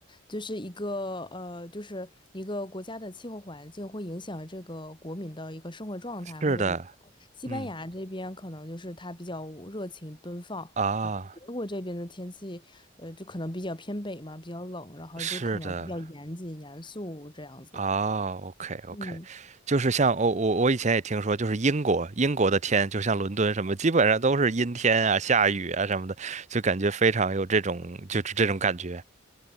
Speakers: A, on the left; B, on the right.
A: 就是一个呃，就是一个国家的气候环境会影响这个国民的一个生活状态，
B: 是的，
A: 或者比如说西班牙这边可能就是它比较热情奔放，
B: 嗯啊。
A: 然后德国这边的天气，呃，就可能比较偏北嘛，比较冷，然后就可能比较严谨严肃这样子。
B: 是的，啊，OK OK，
A: 嗯。
B: 就是像我我我以前也听说，就是英国英国的天，就像伦敦什么，基本上都是阴天啊、下雨啊什么的，就感觉非常有这种就是这种感觉。